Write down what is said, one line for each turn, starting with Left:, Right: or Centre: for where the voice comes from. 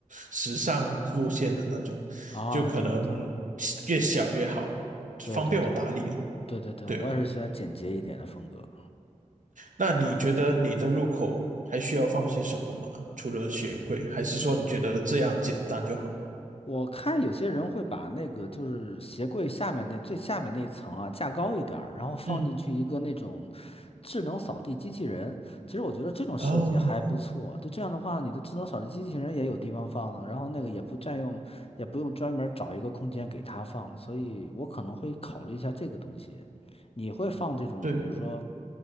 Right: 时尚路线的那种，
Left: 啊！
Right: 就可能
Left: 啊对对
Right: 越小越好，
Left: 对对对
Right: 方便我打理啊，
Left: 对对对，
Right: 对吧？
Left: 我也是喜欢简洁一点的风格。
Right: 那你觉得你的入口还需要放些什么吗？除了鞋柜，还是说你觉得这样简单就好？
Left: 我看有些人会把那个就是鞋柜下面那最下面那一层啊架高一点儿，然后放进去一个那种
Right: 嗯，
Left: 智能扫地机器人。其实我觉得这种设计还不错，
Right: 哦，
Left: 就这样的话，你的智能扫地机器人也有地方放了，然后那个也不占用，也不用专门儿找一个空间给它放，所以我可能会考虑一下这个东西。你会放这种，
Right: 对。
Left: 比如说